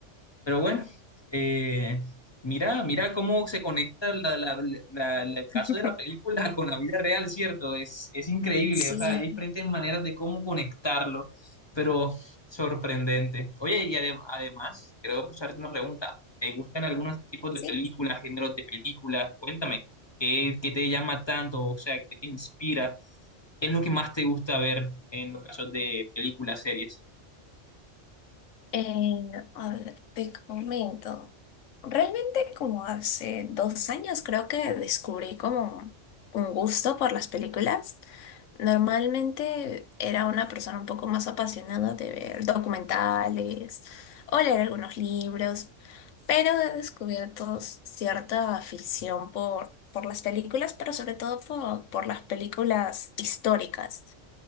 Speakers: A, on the left; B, on the left.
A: Pero bueno, eh, mira, mira cómo se conecta la- la- la- la- el caso
B: <laughs>
A: de la película con la vida real, ¿cierto? Es, es increíble,
B: sí,
A: o sea, hay diferentes maneras de cómo conectarlo, pero sorprendente. Oye, y adem- además, quiero hacerte una pregunta. ¿Te gustan algunos tipos
B: sí.
A: de películas, géneros de películas? Cuéntame, ¿qué, qué te llama tanto? O sea, ¿qué te inspira? ¿Qué es lo que más te gusta ver en los casos de películas, series?
B: Eh, a ver, te comento. Realmente como hace dos años creo que descubrí como un gusto por las películas. Normalmente era una persona un poco más apasionada de ver documentales o leer algunos libros, pero he descubierto cierta afición por, por las películas, pero sobre todo por, por las películas históricas.